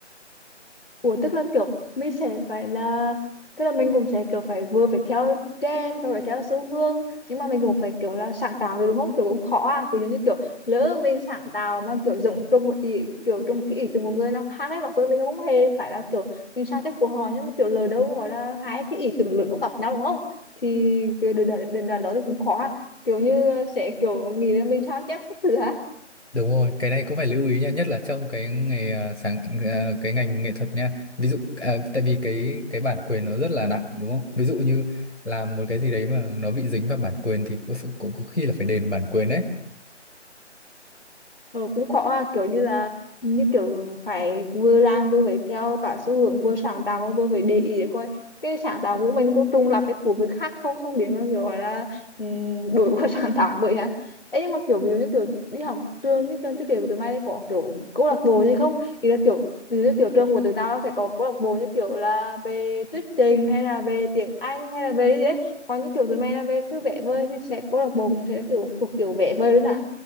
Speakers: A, on the left; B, on the left.
A: Ủa tức là kiểu mình sẽ phải là tức là mình cũng sẽ kiểu phải vừa phải theo trend và phải theo xu hướng nhưng mà mình cũng phải kiểu là sáng tạo được đúng không kiểu cũng khó à ví dụ như kiểu lỡ mình sáng tạo mà kiểu dùng trong một ý kiểu trong một cái ý từ một người nào khác ấy mặc dù mình cũng không hề phải là kiểu mình sao chép của họ nhưng mà kiểu lỡ đâu gọi là hai cái ý tưởng lớn nó gặp nhau đúng không thì cái đền đoạn đến đó thì cũng khó à kiểu như sẽ kiểu nghĩ là mình sao chép các thứ hả
B: Đúng rồi, cái này cũng phải lưu ý nha, nhất là trong cái nghề à, sáng à, cái ngành nghệ thuật nha. Ví dụ à, tại vì cái cái bản quyền nó rất là nặng đúng không? Ví dụ như làm một cái gì đấy mà nó bị dính vào bản quyền thì có sự cũng có khi là phải đền bản quyền đấy.
A: Ờ, cũng khó à, kiểu như là như kiểu phải vừa làm vừa phải theo cả xu hướng vừa sáng tạo mà vừa phải để ý để coi cái sáng tạo của mình có trùng lặp với của người khác không xong biến mà kiểu gọi là um, đổi qua <laughs> sáng tạo vậy á ấy nhưng mà kiểu ví dụ như kiểu đi học trường cái trường thiết kế của tụi mày có kiểu câu lạc bộ gì không thì là kiểu ví dụ như kiểu trường của tụi tao nó sẽ có câu lạc bộ như kiểu là về thuyết trình hay là về tiếng Anh hay là về cái gì đấy còn như kiểu tụi mày là về cứ vẽ vời thì sẽ câu lạc bộ cũng sẽ kiểu thuộc kiểu vẽ vời luôn ạ